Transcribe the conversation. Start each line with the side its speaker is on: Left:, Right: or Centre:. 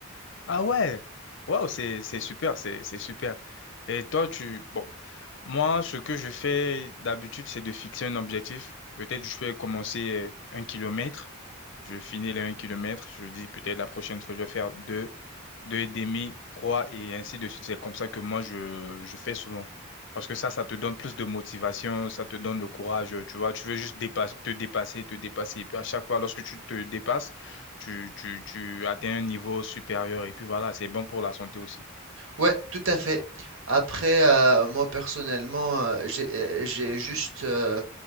Left: Ah ouais, waouh, c'est, c'est super, c'est, c'est super. Et toi, tu... Bon, moi, ce que je fais d'habitude, c'est de fixer un objectif. Peut-être je peux commencer euh, un kilomètre. Je finis les un kilomètre, je dis peut-être la prochaine fois, je vais faire deux, deux et demi, 3 et ainsi de suite. C'est comme ça que moi, je, je fais souvent. Parce que ça, ça te donne plus de motivation, ça te donne le courage, tu vois. Tu veux juste dépasser, te dépasser, te dépasser. Et puis à chaque fois, lorsque tu te dépasses, tu, tu, tu atteins un niveau supérieur. Et puis voilà, c'est bon pour la santé aussi.
Right: Ouais, tout à fait. Après, euh, moi personnellement, euh, j'ai euh, j'ai juste, euh,